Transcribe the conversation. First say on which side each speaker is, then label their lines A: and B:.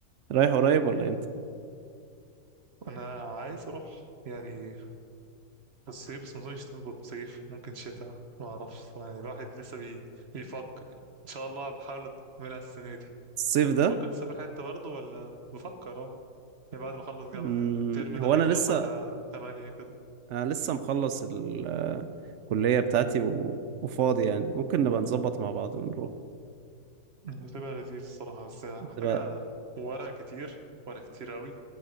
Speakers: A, on the right; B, on the right.
A: رايح قريب ولا امتى
B: أنا عايز أروح يعني في الصيف بس مظنش تظبط صيف ممكن شتاء ما أعرفش صراحة يعني الواحد لسه بي... بيفكر يعني إن شاء الله بحاول أكملها السنة دي
A: الصيف
B: أنت بتفكر
A: ده
B: تسافر حتة برضه ولا بفكر اه يعني بعد ما أخلص جامعة
A: مم.
B: الترم ده
A: هو
B: هيخلص
A: انا لسه
B: على تمانية كده
A: انا لسه مخلص ال- آه، الكلية بتاعتي و... وفاضي يعني ممكن نبقى نظبط مع بعض ونروح
B: هتبقى لذيذ الصراحة بس محتاجة
A: تبقى
B: ورق كتير ورق كتير قوي